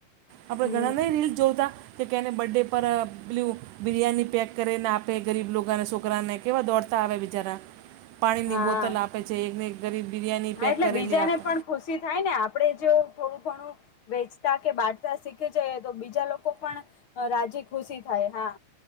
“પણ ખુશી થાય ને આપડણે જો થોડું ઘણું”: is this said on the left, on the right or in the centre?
Left